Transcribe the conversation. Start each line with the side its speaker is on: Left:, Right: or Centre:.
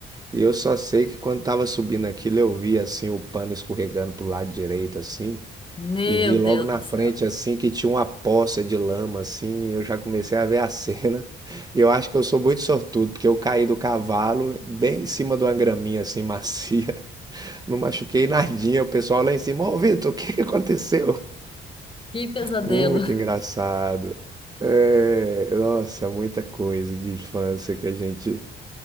Right: E eu só sei que quando tava subindo aquilo, eu vi assim o pano escorregando pro lado direito, assim.
Left: Meu
Right: E vi
Left: Deus
Right: logo na
Left: do
Right: frente,
Left: céu.
Right: assim, que tinha uma poça de lama, assim, eu já comecei a ver a cena. <laughs> Eu acho que eu sou muito sortudo, porque eu caí do cavalo bem em cima de uma graminha, assim, macia. <laughs> Não machuquei nadinha, o pessoal lá em cima, ô Vitor, o que que aconteceu?
Left: Que pesadelo.
Right: Muito engraçado. É, nossa, muita coisa de infância que a gente